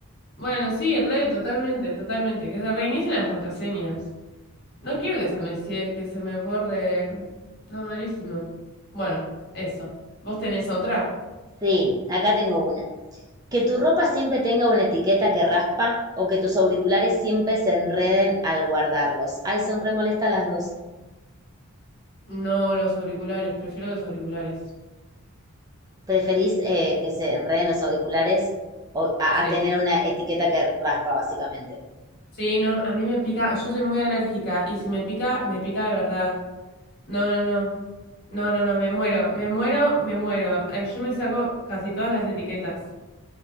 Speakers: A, on the left; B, on the right.
A: Bueno, sí, re, totalmente, totalmente. Que se reinicien las contraseñas. No quiero que se me, cie- que se me borre. No, malísimo. Bueno, eso. ¿Vos tenés otra?
B: Sí, acá tengo una. Que tu ropa siempre tenga una etiqueta que raspa o que tus auriculares siempre se enreden al guardarlos. Ay, son re molestas las dos.
A: No los auriculares, prefiero los auriculares.
B: ¿Preferís eh, que se enreden los auriculares o- a,
A: Sí.
B: a tener una etiqueta que raspa, básicamente?
A: Sí, no, a mí me pica, yo soy muy alérgica y si me pica, me pica de verdad. No, no, no. No, no, no, me muero, me muero, me muero. Eh, yo me saco casi todas las etiquetas.